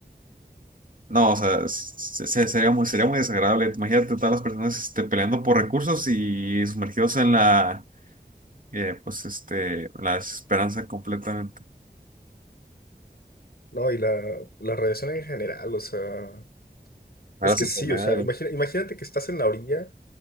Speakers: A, on the right; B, on the left.
A: No, o sea, se- se- sería muy, sería muy desagradable. Imagínate todas las personas este, peleando por recursos y sumergidos en la, eh, pues, este, la desesperanza completamente.
B: No, y la, la radiación en general, o sea,
A: A
B: es
A: las
B: que
A: enfermedades.
B: sí, o sea, imagina- imagínate que estás en la orilla,